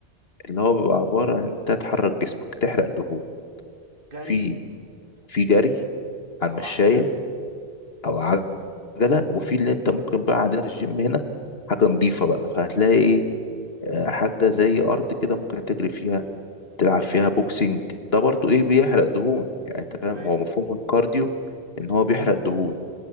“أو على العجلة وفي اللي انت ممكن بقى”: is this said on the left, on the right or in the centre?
Left